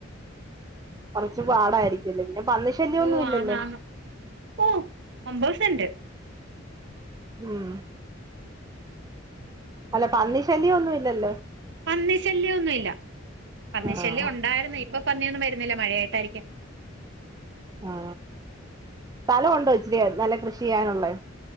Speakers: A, on the right; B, on the right.
A: കൊറച്ച് പാടായിരിക്കില്ലേഞ്ഞു പന്നി ശല്ല്യാന്നുല്ലല്ലോ
B: ഓ ആന്ന് ആന്ന് ഓ ഒമ്പത് സെന്റ്
A: ഉം
B: ഉം <unintelligible>
A: അല്ല പന്നിശല്ല്യാന്നുല്ലാല്
B: പന്നിശല്ല്യന്നു ഇല്ല പന്നിശല്യം
A: ആഹ്
B: ഉണ്ടായിരുന്നു ഇപ്പൊ പന്നിന്നും വരുന്നില്ല മഴയായിട്ടായിരിക്കും
A: ആ സ്ഥല ഉണ്ടോ ഇച്ചരി നല്ല കൃഷിയ്യാനുള്ളേ